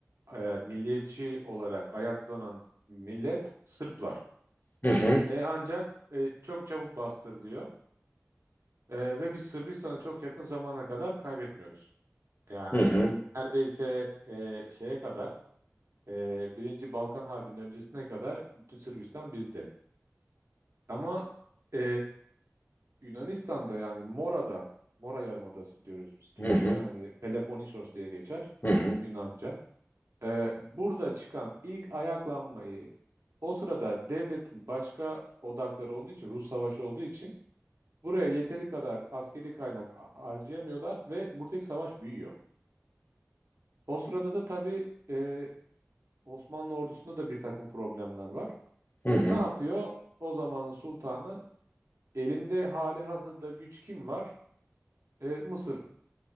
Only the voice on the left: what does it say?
Hı hı,
hı hı,
hı hı,
hı hı,
hı hı,